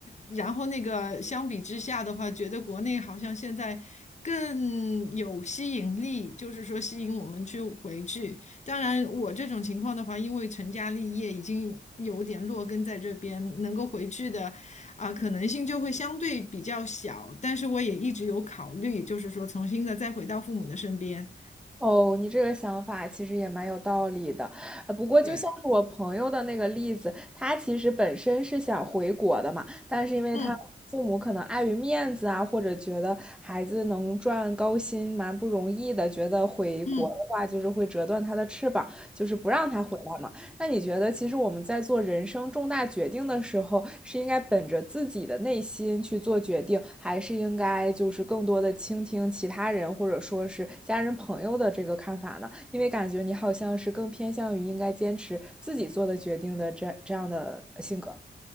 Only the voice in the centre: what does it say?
哦，你这个想法其实也蛮有道理的，呃，不过就像是我朋友的那个例子，
他其实本身是想回国的嘛，但是因为他父母可能碍于面子啊，
或者觉得孩子能赚高薪蛮不容易的，觉得回国的话就是会折断他的翅膀，
就是不让他回来嘛。那你觉得，其实我们在做人生重大决定的时候，是应该本着自己的内心去做决定，还是应该就是更多的倾听其他人或者说是家人朋友的这个看法呢？因为感觉你好像是更偏向于应该坚持自己做的决定的这这样的性格。